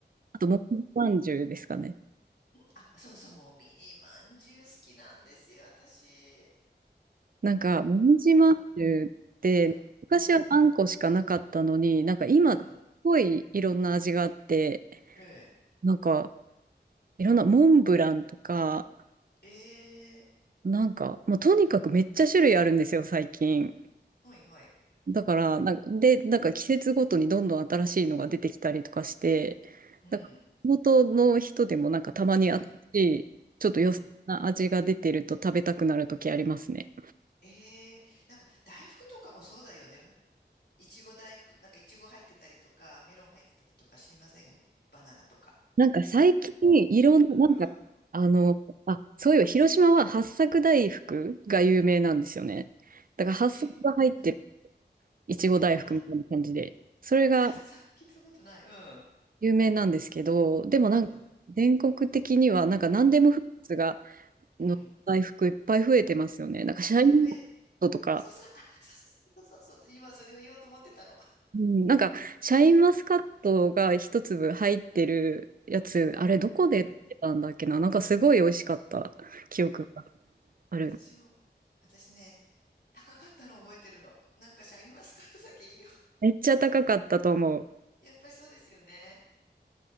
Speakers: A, on the right (about 55°); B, on the left (about 65°).
A: あと、もみじまんじゅうですかね。
B: あ、そうそう、もうミニまんじゅう好きなんですよ、私。
A: なんか、もみじまんじゅうって、
B: うん、うん、
A: 昔はあんこしかなかったのに、
B: うん、
A: なんか今、
B: うん。
A: すごいいろんな味があって、
B: ええ
A: なんか、いろんなモンブランとか、
B: ええ
A: なんか、もうとにかくめっちゃ種類あるんですよ、最近。
B: はいはい。
A: だから、なんか、で、なんか季節ごとにどんどん新しいのが出てきたりとかして、
B: うん、
A: なんか地元の人でもなんかたまに新しい、
B: うん、
A: ちょっと良さな味が出てると食べたくなる時ありますね。
B: うん。ええなんか大福とかもそうだよね。いちご大福、なんかいちご入ってたりとか、メロン入ってたりとか知りませんバナナとか。
A: なんか最近いろんな、なんか、
B: うん。
A: あの、あ、そういえば広島は八朔大福が有名なんですよね。だから八朔が入ってる
B: え、うん。
A: いちご大福みたいな感じで、
B: あ、
A: それが
B: 発作聞いたことない。うん、
A: 有名なんですけど、でもなんか全国的にはなんか何でもフルーツが
B: うん、うん、うん。
A: の大福いっぱい増えてますよね。なんかシャインマスカットとか、
B: 増え、そうそう、あ、そうそうそう、そう、今それを言おうと思ってたの。
A: うん、なんかシャインマスカットが一粒入ってるやつ、あれどこで売ってたんだっけな、
B: うん。
A: なんかすごい美味しかった記憶がある。
B: 私を、私ね、高かったの覚えてるの。なんかシャインマスカットだけいいよ。
A: めっちゃ高かったと思う。
B: やっぱりそうですよね。